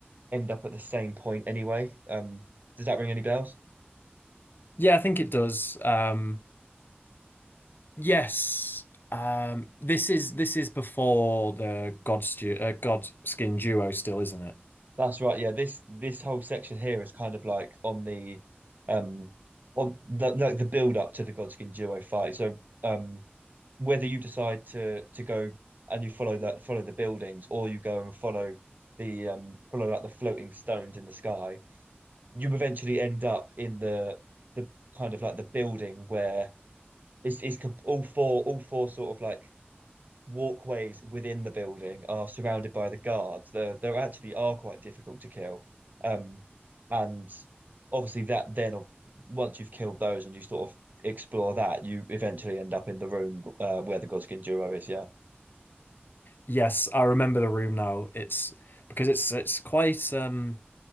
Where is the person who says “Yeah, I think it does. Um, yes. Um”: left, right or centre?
Left